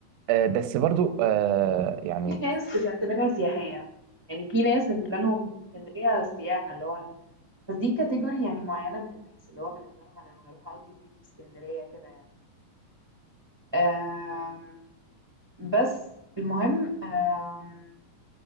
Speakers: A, on the right; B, on the right.
A: آه، بس برضو آه، يعني
B: في ناس بتعتبرها سياحيه يعني في ناس بالنسبه لهم اسكندريه سياحه اللي هو بس دي كاتيجوري يعني معينه من الناس اللي هو بالنسبه لهم انا هروح اقضي يومين في اسكندريه كده يعني آم، بس المهم آم،